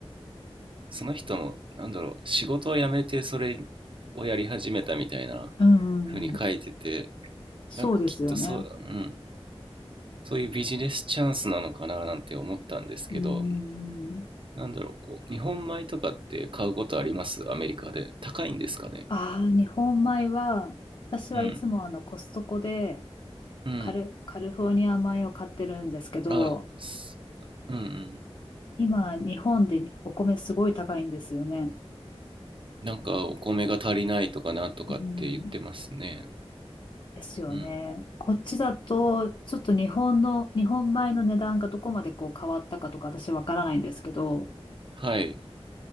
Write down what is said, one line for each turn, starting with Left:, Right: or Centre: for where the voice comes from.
Right: その人のなんだろう仕事を辞めてそれをやり始めたみたいな
Left: うんうんうん。
Right: 風に書いてて
Left: そうですよね。
Right: なんかきっとそう、うん、そういうビジネスチャンスなのかななんて思ったんですけど
Left: うん。
Right: なんだろう、日本米とかって買うことありますアメリカで。高いんですかね
Left: ああ、日本米は、私はいつもあのコストコで
Right: うん。うん。
Left: カル、カルフォルニア米を買ってるんですけど、
Right: あ、すうんうん。
Left: 今日本でお米すごい高いんですよね。
Right: なんかお米が足りないとかなんとかって言ってますね。
Left: うん。ですよね。
Right: うん。
Left: こっちだと、ちょっと日本の、日本米の値段がどこまでこう変わったかとか私わからないんですけど、
Right: はい。